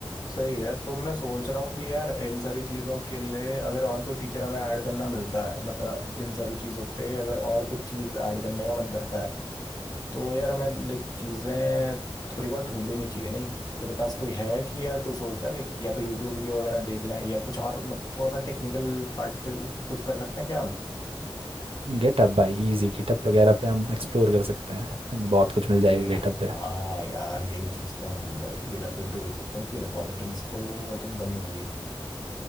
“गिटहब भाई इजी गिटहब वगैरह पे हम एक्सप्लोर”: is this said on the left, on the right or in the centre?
Right